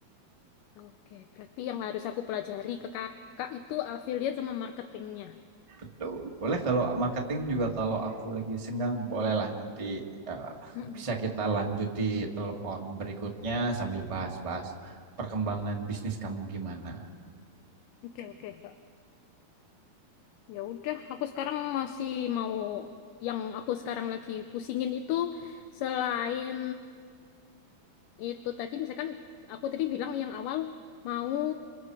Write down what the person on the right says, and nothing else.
Betul. Boleh kalau marketing juga kalau aku lagi senggang bolehlah nanti eh,
bisa kita lanjut di telepon berikutnya sambil bahas-bahas perkembangan bisnis kamu gimana.